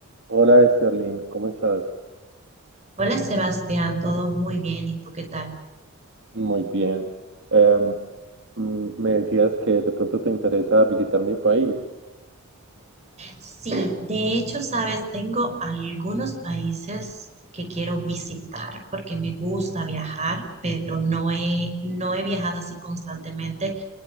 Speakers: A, on the right (about 55°); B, on the right (about 30°).
A: Hola, Sterling, ¿cómo estás?
B: Hola Sebastián, todo muy bien, ¿y tú qué tal?
A: Muy bien. Em, mm, me decías que de pronto te interesa visitar mi país.
B: Sí, de hecho, sabes, tengo algunos países que quiero visitar porque me gusta viajar, pero no he, no he viajado así constantemente.